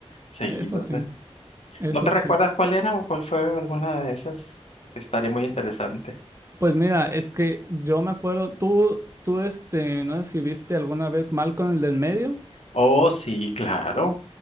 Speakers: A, on the left (about 70°); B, on the right (about 25°).
A: seguidos,
B: Eso sí,
A: ¿eh?
B: eso
A: ¿No te recuerdas
B: sí.
A: cuál era o cuál fue alguna de esas? Porque estaría muy interesante.
B: Pues mira, es que yo me acuerdo, tú, tú, este, no sé si viste alguna vez mal con el del medio,
A: Oh, sí, claro.